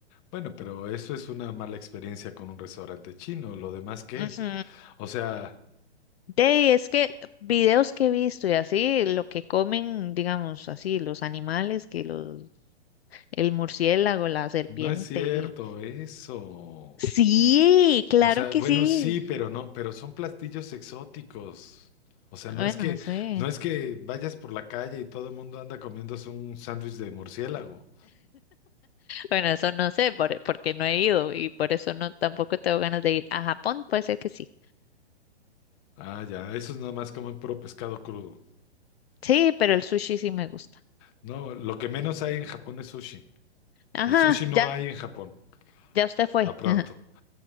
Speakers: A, on the left; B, on the left.
A: Bueno, pero eso es una mala experiencia con un restaurante chino. ¿Lo demás qué?
B: Ujú.
A: O sea,
B: De ahí, es que videos que he visto y así, lo que comen, digamos así, los animales, que los, el murciélago, la serpiente.
A: no es cierto eso.
B: Sí, claro
A: O sea,
B: que
A: bueno,
B: sí.
A: sí, pero no, pero son platillos exóticos. O sea,
B: Bueno,
A: no es que,
B: sí.
A: no es que vayas por la calle y todo el mundo anda comiéndose un sándwich de murciélago.
B: Bueno, eso no sé, por- porque no he ido y por eso no tampoco tengo ganas de ir. A Japón puede ser que sí.
A: Ah, ya, eso es nada más comen puro pescado crudo.
B: Sí, pero el sushi sí me gusta.
A: No, lo que menos hay en Japón es sushi.
B: Ajá,
A: El sushi no
B: ya,
A: hay en Japón,
B: ya usted fue.
A: a pronto.
B: <laughs>